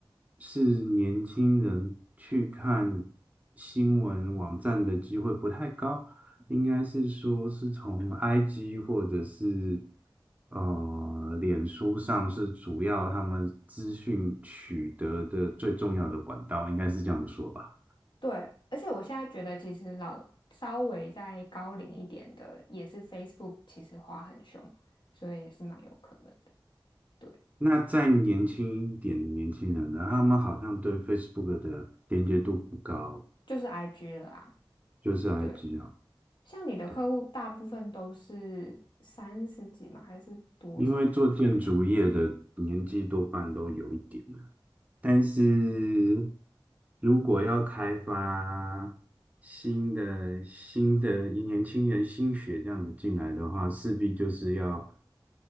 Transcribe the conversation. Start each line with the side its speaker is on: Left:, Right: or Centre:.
Right: 是年轻人去看新闻网站的机会不太高。应该是说是从 IG 或者是呃脸书上是主要他们资讯取得的最重要的管道，应该是这样说吧。
Left: 对，而且我现在觉得，其实老稍微再高龄一点的，也是 Facebook 其实花很凶，所以也是蛮有可能的。对，
Right: 那再年轻一点的年轻人呢，他们好像对 Facebook 的连接度不高，
Left: 就是 IG 了啊。
Right: 就是 IG
Left: 对。
Right: 啊，
Left: 像你的客户大部分都是三十几吗？
Right: 对啊，
Left: 还是多少啊？
Right: 因为做建筑业的年纪多半都有一点了但是如果要开发新的新的年轻人新血这样子进来的话，势必就是要